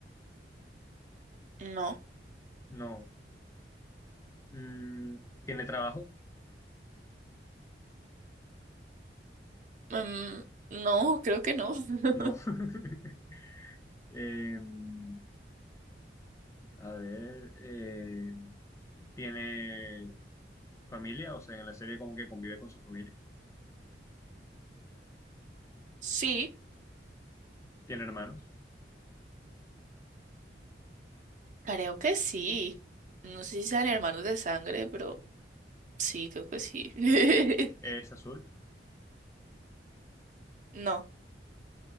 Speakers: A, on the right (about 45°); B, on the left (about 15°).
A: no.
B: no. Mm, ¿tiene trabajo?
A: Mm, no, creo que no. <laughs>
B: No. <laughs> Em, a ver, em, ¿tiene familia? O sea, en la serie como que convive con su familia.
A: Sí,
B: tiene hermanos,
A: creo que sí. No sé si sean hermanos de sangre, pero... Sí, creo que sí. <laughs>
B: es azul.
A: No,